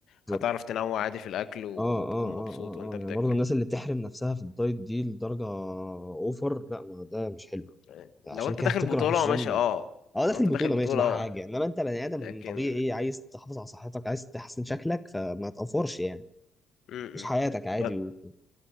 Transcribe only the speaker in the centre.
بالظبط.
اه اه اه
اه
آه.
يعني برضه الناس اللي بتحرم نفسها في الدايت دي لدرجه اوفر لا ما ده مش حلو
عشان
كده
هتكره
الجيم
اه داخل
بطولة
ماشي ده حاجة انما انت بني ادم
طبيعي عايز تحافظ على صحتك عايز تحسن شكلك فما تقفرش يعني
عيش حياتك عادي
و...